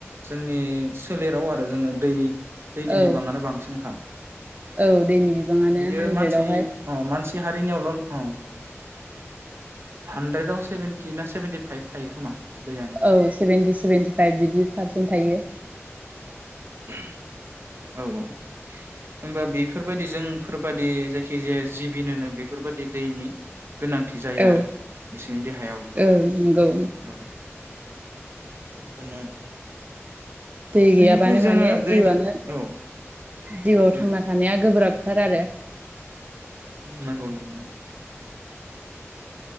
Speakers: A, on the right (about 55°); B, on the right (about 30°).
A: जोंनि सोलेराव आरो जोंनो दै दैनि
B: औ
A: बिब बाङानो बांसिनखा।
B: औ दैनि बिबाङानो
A: बियो
B: हानद्रेदावहाय
A: मानसि अह मानसि हारिनियावल' नं हानद्रेदाव सेभेन्टि ना सेभेेन्टि फाइभ थायो खोमा। दैयानो
B: औ सेभेेन्टि सेभेन्टि फाइभ बिदि फारसेन थायो।
A: <inaudible> औ औ होनबा बेफोरबायदि जोंफोरबादि जायखिजाया जिबिनोनो बेफोरबादि दैनि गोनांथि जायो
B: औ
A: आरो बिसोरनि देहायावबो।
B: औ नंगौ
A: औ। <unintelligible>
B: दै गैयाबानो
A: बेनिफ्राय जोङो
B: माने
A: दै
B: जिउआनो
A: औ
B: जिउआव
A: उम
B: थांना थानाया गोब्राब थार आरो।
A: नंगौ नंगौ।